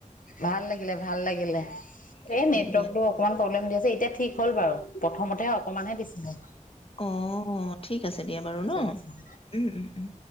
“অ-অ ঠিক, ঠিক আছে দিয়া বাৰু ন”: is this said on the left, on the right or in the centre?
Left